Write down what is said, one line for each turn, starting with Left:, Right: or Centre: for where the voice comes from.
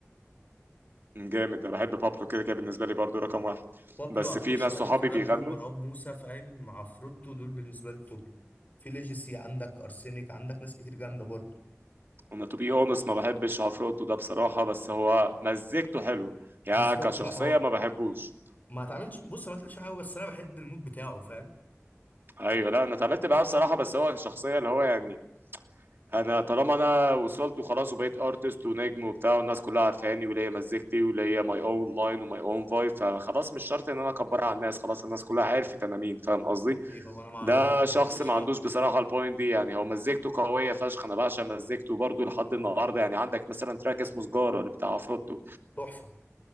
Right: جامد انا بحب بابلو كده كده بالنسبة لي برضو رقم واحد
Left: بابلو
Right: بس
Left: هتخش
Right: في ناس
Left: بعدين
Right: صحابي
Left: في ابيو
Right: بيغنوا
Left: مروان موسى فاهم عفروتو دول بالنسبه لي التوب في ليجيسي عندك ارسينيك عندك ناس كتير جامده برضه
Right: انا تو بي اونست ما بحبش عفروتو ده بصراحة بس هو مزيكته حلوة يعني
Left: بالظبط
Right: كشخصية
Left: لا هو
Right: ما بحبوش
Left: ما اتعملش بص ما اتقالش حاجه بس انا بحب المود بتاعه فاهم
Right: ايوه لا انا اتعاملت معاه بصراحة بس هو شخصية اللي هو يعني انا طالما انا وصلت وخلاص وبقيت ارتست ونجم وبتاع والناس كلها عارفاني وليا مزيكتي وليا ماي اون لاين وماي اون فايب فخلاص مش شرط ان انا اكبرها على الناس خلاص الناس كلها عرفت انا مين فاهم قصدي
Left: هو بي- هو انا ما
Right: ده
Left: ما
Right: شخص
Left: قلتلوش
Right: ما
Left: لا
Right: عندوش بصراحه البوينت دي يعني هو مزيكته قويه فشخ انا بعشق مزيكته برضه لحد النهارده يعني عندك مثلا تراك اسمه سجاره اللي بتاع عفروتو
Left: تحفه